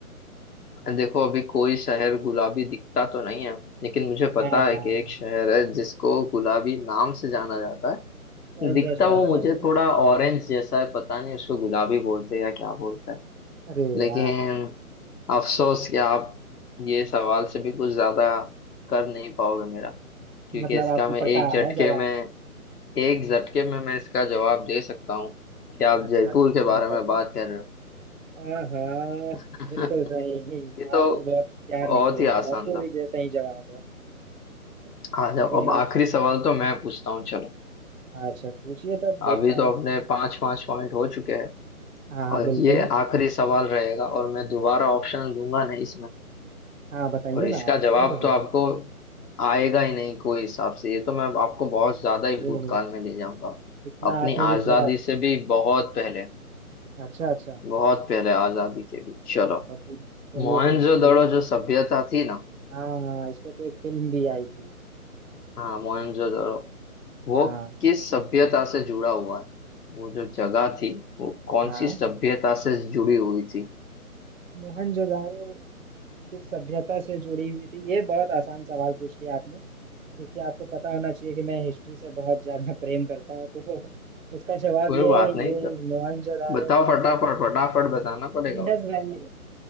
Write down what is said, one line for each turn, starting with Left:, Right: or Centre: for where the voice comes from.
Left: देखो अभी कोई शहर गुलाबी दिखता तो नहीं है लेकिन मुझे पता
Right: ना ना
Left: है कि एक
Right: ना
Left: शहर है जिसको गुलाबी नाम से जाना जाता है
Right: कौन
Left: दिखता
Right: सा शहर
Left: वो मुझे
Right: बताइए
Left: थोड़ा ऑरेंज जैसा है पता नहीं उसको गुलाबी बोलते हैं या क्या बोलते हैं
Right: अरे
Left: लेकिन
Right: यार
Left: अफसोस कि आप ये सवाल से भी कुछ ज्यादा कर नहीं पाओगे मेरा क्योंकि
Right: मतलब
Left: इसका
Right: आपको
Left: मैं एक
Right: पता
Left: झटके
Right: है जवाब
Left: में एक झटके में मैं इसका जवाब दे सकता हूँ कि आप
Right: अच्छा
Left: जयपुर
Right: अच्छा तो
Left: के बारे
Right: बताइए
Left: में बात कर रहे हो
Right: आहा
Left: <laughs>
Right: बिल्कुल सही
Left: ये तो
Right: आप तो बहुत प्यार
Left: बहुत
Right: निकले
Left: ही
Right: जयपुर
Left: आसान था
Right: ही जैसा ही जवाब है <laughs>
Left: आ जाओ
Right: आगे
Left: अब
Right: आप
Left: आखिरी सवाल तो मैं पूछता हूँ चलो
Right: अच्छा पूछिए तब देखता
Left: अभी
Right: हूँ
Left: तो अपने पांच पांच पॉइंट हो चुके हैं
Right: हाँ हाँ
Left: और
Right: बिल्कुल
Left: ये आखिरी सवाल रहेगा और मैं दोबारा ऑप्शन दूंगा नहीं इसमें
Right: हाँ बताइए
Left: और इसका
Right: ना आप पूछिए
Left: जवाब
Right: तो
Left: तो आपको आएगा ही नहीं कोई हिसाब से ये तो मैं आपको बहुत ज्यादा ही भूतकाल
Right: ओहो
Left: में ले जाऊंगा
Right: इतना
Left: अपनी
Right: आत्मविश्वास
Left: आजादी से भी बहुत पहले
Right: अच्छा अच्छा
Left: बहुत पहले आजादी के भी चलो
Right: बस पूछ- चलिए
Left: मोहनजोदड़ो
Right: पूछिए भी
Left: जो सभ्यता थी ना
Right: हाँ हाँ, इस पे तो एक फिल्म भी आई थी
Left: हाँ मोहनजोदड़ो वो
Right: हाँ
Left: किस सभ्यता से जुड़ा हुआ है वो जो जगह थी वो कौन
Right: हाँ
Left: सी सभ्यता से जुड़ी हुई थी
Right: मोहनजोदारो किस सभ्यता से जुड़ी हुई थी ये बहुत आसान सवाल पूछ लिया आपने क्योंकि आपको पता होना चाहिए कि मैं हिस्ट्री से बहुत ज्यादा <laughs> प्रेम करता हूँ तो इसका जवाब
Left: कोई
Right: ये
Left: बात
Right: है
Left: नहीं
Right: ये
Left: तो
Right: मोहनजोदारो
Left: बताओ फटाफट फटाफट बताना पड़ेगा
Right: इंडस
Left: भाई
Right: वैली